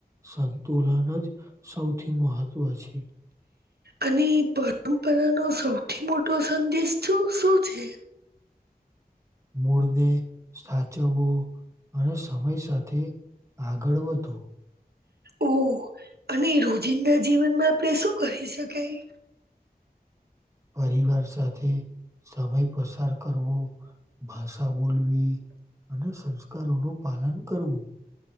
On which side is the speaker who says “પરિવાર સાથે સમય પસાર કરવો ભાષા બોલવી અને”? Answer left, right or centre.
Right